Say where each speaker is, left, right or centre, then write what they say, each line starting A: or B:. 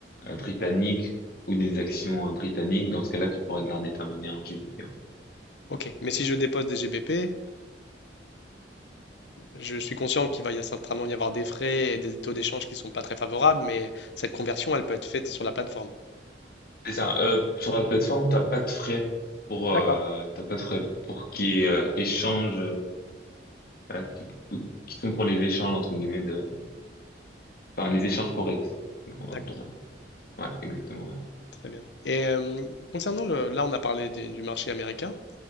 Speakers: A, on the left (about 55°); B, on the left (about 75°).
A: euh, britanniques ou des actions euh, britanniques, dans ce cas-là, tu pourras garder ta monnaie en GBP. hein.
B: Ok. Mais si je dépose des GBP... Je suis conscient qu'il va y- certainement y avoir des frais et des taux d'échange qui ne sont pas très favorables, mais cette conversion, elle peut être faite sur la plateforme.
A: C'est ça. Euh, sur la plateforme, t'as pas de frais pour
B: D'accord,
A: euh, t'as pas de frais pour qui échange euh, qui, qui sont pour les échanges, entre guillemets, de, enfin, les échanges forex. Donc, on
B: d'accord,
A: va appeler ça. Ouais, exactement. ouais.
B: très bien. Et euh, concernant le, là, on a parlé du, du marché américain.